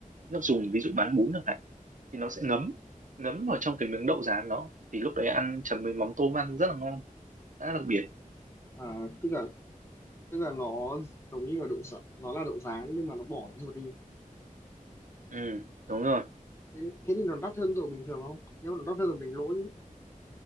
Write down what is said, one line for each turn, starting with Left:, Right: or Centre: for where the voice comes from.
Right: nước dùng ví dụ bán bún chẳng hạn thì nó sẽ ngấm ngấm vào trong cái miếng đậu rán đó thì lúc đấy ăn chấm với mắm tôm ăn rất là ngon rất đặc biệt
Left: À, tức là tức là nó giống như là đậu rán, nó là đậu rán nhưng mà nó bỏ cái ruột đi.
Right: ừ đúng rồi
Left: Thế, thế thì nó đắt hơn đậu bình thường không? Nếu mà nó đắt hơn là bình lỗ chứ.